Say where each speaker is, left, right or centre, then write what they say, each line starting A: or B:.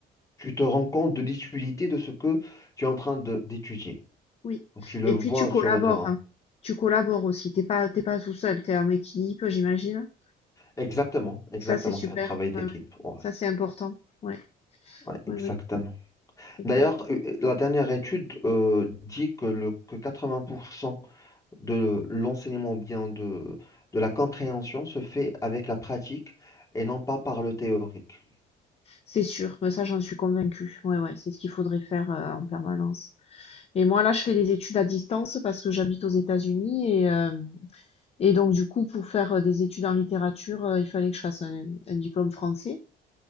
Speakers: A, on the left (about 20°); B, on the left (about 35°).
A: tu te rends compte de l'utilité de ce que tu es en train de- d'étudier.
B: Oui.
A: Donc tu le
B: Et
A: vois
B: puis tu collabores,
A: sur le terrain.
B: hein. Tu collabores aussi. T'es pas, t'es pas tout seul. T'es en équipe, j'imagine.
A: Exactement, exactement,
B: Et ça, c'est super.
A: c'est un travail d'équipe.
B: Ouais, ouais.
A: Ouais,
B: Ça, c'est important. Ouais.
A: ouais,
B: Oui,
A: exactement.
B: oui. C'est
A: D'ailleurs,
B: clair.
A: euh, la dernière étude euh, dit que, le, que 80% de l'enseignement ou bien de, de la compréhension se fait avec la pratique et non pas par le théorique.
B: C'est sûr. Ben, ça, j'en suis convaincue. Ouais, ouais. C'est ce qu'il faudrait faire euh, en permanence. Et moi, là, je fais des études à distance parce que j'habite aux États-Unis et, euh, et donc, du coup, pour faire euh, des études en littérature, euh, il fallait que je fasse un un diplôme français.